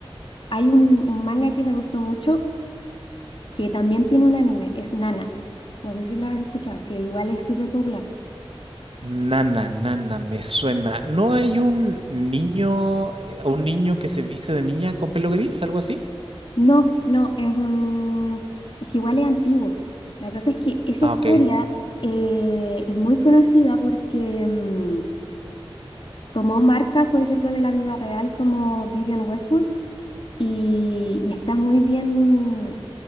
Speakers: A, on the left; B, on the right.
A: Hay un, un manga que me gustó mucho que también tiene un anime. Es Nana. No sé si lo has escuchado, que igual es súper popular.
B: Nana, nana, me suena. ¿No hay un niño, eh, un niño que se viste de niña con pelo gris, algo así?
A: No, no, es un... Es que igual es antiguo. La cosa es que esa
B: Ah,
A: historia
B: ok.
A: eh, es muy conocida porque mm, tomó marcas, por ejemplo, de la vida real como Vivian Westwood y, y está muy bien